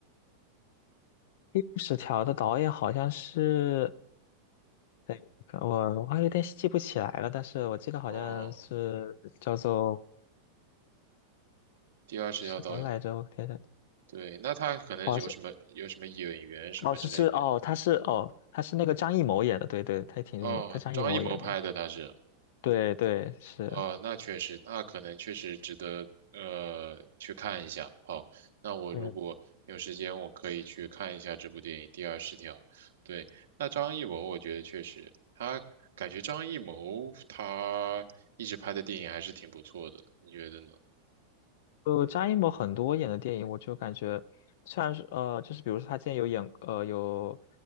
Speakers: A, on the left; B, on the right.
A: 第十条的导演好像是，对，我我还有点记不起来了，但是我记得好像是叫做
B: 哦。第二十条导演，
A: 什么来着？我天，
B: 对，那他可能是有什么有什么演员什么之类，
A: 好像哦是是哦，
B: 就是
A: 他是哦他是那个张艺谋演的，对对，他也挺有名，
B: 哦，
A: 他张艺谋演的，
B: 张艺谋拍的他是，
A: 对对是，
B: 哦，那确实，那可能确实值得呃去看一下。好，那我如果有时间，
A: 对。
B: 我可以去看一下这部电影《第二十条》。对，那张艺谋，我觉得确实，他感觉张艺谋他一直拍的电影还是挺不错的，你觉得呢？
A: 呃，张艺谋很多演的电影，我就感觉虽然是呃，就是比如说他之前有演呃有